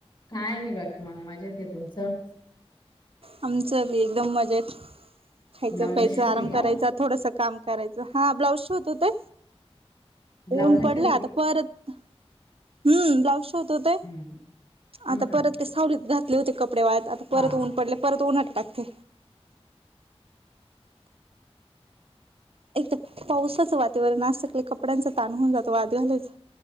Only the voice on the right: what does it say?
आमचं बी एकदम मजेत खायचं
प्यायचं
आराम
करायच थोडस काम करायच हा ब्लाउज शिवत होते
ऊन पडले
आता परत हम्म ब्लाउज शिवत होते
आता
परत ते सावलीत घातले होते कप कपडे वाळत आता परत
ऊन पडले तो उन्हात टाक ते एक तर पावसाचं वातावरण असत कपड्यांच ताण होऊन जातो वाळत घालायच